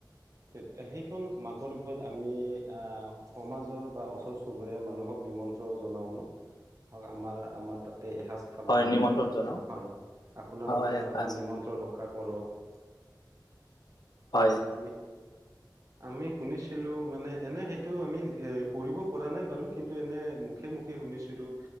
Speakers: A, on the right; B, on the left.
A: ত সেইখন মাঘৰ বিহুত আমি আহ সমাজৰ বা ওচৰ চুবুৰীয়াৰ মানুহক নিমন্ত্ৰণ ন জনাওঁ ন আমাৰ আমাৰ তাতে এসাজ খাব
B: হয়
A: লাগিব
B: নিমন্ত্ৰণ
A: বা
B: জনাও
A: হয় আপোনালোকে
B: হয় এসাঁজ
A: আমাৰ নিমন্ত্ৰণ ৰক্ষা কৰক
B: হয়।
A: আমি আমি শুনিছিলো মানে, এনে সেইটো আমি এ পঢ়িব পৰা নাই বাৰু কিন্তু এনে মুখে মুখে শুনিছিলো